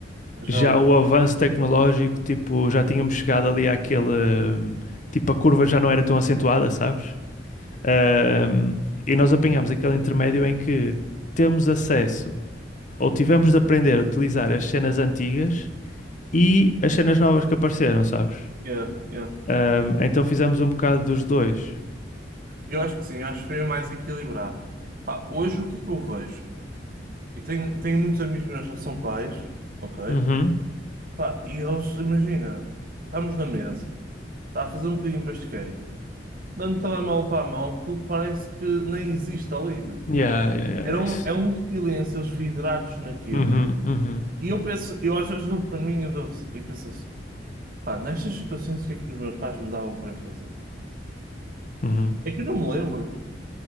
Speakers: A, on the right; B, on the left.
A: Já
B: já
A: o.
B: o avanço tecnológico, tipo, já tínhamos chegado ali àquele, hum, tipo, a curva já não era tão acentuada, sabes? Hum, e nós apanhamos aquele intermédio em que temos acesso ou tivemos de aprender a utilizar as cenas antigas e as cenas novas que apareceram, sabes?
A: Yeah, yeah.
B: Hum, então fizemos um bocado dos dois.
A: Eu acho que sim, eu acho que foi mais equilibrado. Pá, hoje o que é que eu vejo? E tenho, tenho muitos amigos meus que já são pais, ok?
B: Uhum.
A: Pá, e eles, imagina, estamos na mesa, está a fazer um bocadinho de basqueiro. dando telemóvel para a mão, aquilo parece que nem existe ali, meu.
B: Yeah, yeah,
A: Era
B: yeah,
A: um,
B: isso.
A: é um silêncio, eles vidrados naquilo.
B: Uhum, uhum,
A: E eu penso, eu às vezes dou para mim eu dou assim, e penso assim, pá, nestas situações o que é que os meus pais me davam para eu fazer?
B: uhum.
A: É que eu não me lembro.